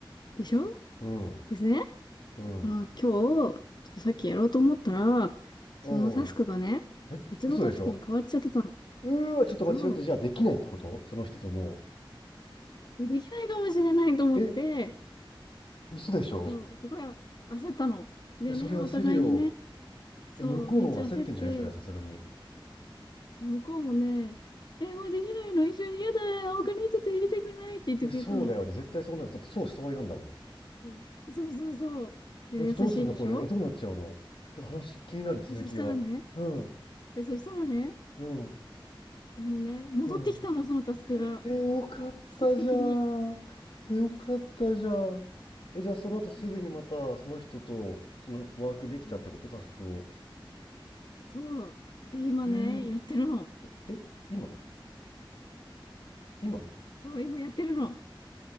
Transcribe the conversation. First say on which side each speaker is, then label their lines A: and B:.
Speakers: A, on the left (about 55°); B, on the left (about 80°).
A: でしょ
B: うん。
A: ですね。
B: うん。
A: まあ、今日、ちょっとさっきやろうと思ったら、そのタスクがね、
B: おーえ、
A: 別のタスクに変わっちゃってたの。
B: 嘘でしょうーわ、ちょっと待って、
A: そ
B: それってじゃあできないってことその人とも
A: う。できないかもしれないと思って、
B: う。え、嘘でしょ
A: そう、すごいあ焦ったの。でね、
B: え、それ焦るよ。
A: お互いにね、そう、
B: え、向こうも焦ってんじゃないそれはさすがに。
A: めっちゃ焦って、向こうもね、え、もうできないの一緒に嫌だ、他の人と入れてくれないって言ってくれたの。
B: え、そうだよね。絶対そうなる。だってそうした方がいいなんだもん。
A: うん、そうそうそう。いや優しいでしょ
B: え、どうすんのこれ。え、どうなっちゃうのちょっと話気になる続きが。
A: で、そしたらね、
B: うん、
A: で、そしたらね、
B: うん、
A: あのね、戻ってきたの、
B: うん。
A: そのタスクが。
B: えよかったじゃん。
A: 奇跡的に。
B: えよかったじゃん。え、じゃあその後すぐにまたその人とそのワークできたってことタスクを。
A: もうそう。で、今ね、
B: えー、
A: やってるの。
B: え、今今
A: そう、今やってるの。